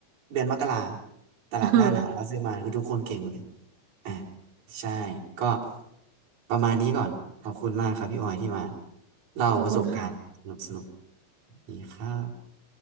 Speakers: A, on the right (about 40°); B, on the right (about 60°).
A: เดือนมกราตลาดหน้าหนาวมาซื้อมาคือทุกคนเก่งหมดเลย
B: เออ
A: อ่ะใช่ก็ประมาณนี้ก่อนขอบคุณมากครับพี่ออยที่มาเล่าประสบการณ์สนุกสนุก
B: ขอบคุณค่ะ
A: ดีครับ